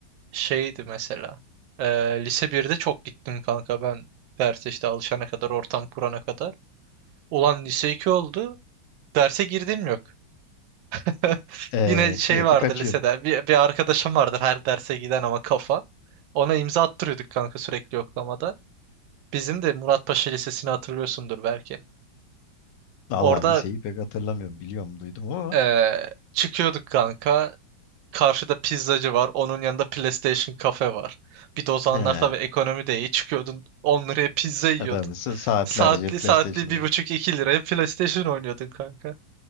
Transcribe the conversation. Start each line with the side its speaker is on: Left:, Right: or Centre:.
Right: şeydi mesela. Ee, lise birde çok gittim kanka ben. Derse işte alışana kadar, ortam kurana kadar. Ulan lise 2 oldu. Derse girdim yok. <laughs>
Left: Ee,
Right: Yine şey
Left: sürekli
Right: vardı
Left: kaçıyorsun.
Right: lisede. Bir, bir arkadaşım vardır her derse giden ama kafa. Ona imza attırıyorduk kanka sürekli yoklamada. Bizim de Muratpaşa Lisesi'ni hatırlıyorsundur belki.
Left: Allah
Right: Orada
Left: liseyi pek hatırlamıyorum. Biliyorum duydum ama.
Right: eee, çıkıyorduk kanka. Karşıda pizzacı var. Onun yanında PlayStation kafe var. Bir de o zamanlar
Left: He.
Right: tabii ekonomi de iyi. Çıkıyordun 10 liraya pizza yiyordun.
Left: Ha, tabii sa- saatlerce
Right: Saatli
Left: PlayStation
Right: saatli bir
Left: oynuyor.
Right: buçuk iki liraya PlayStation oynuyordun kanka.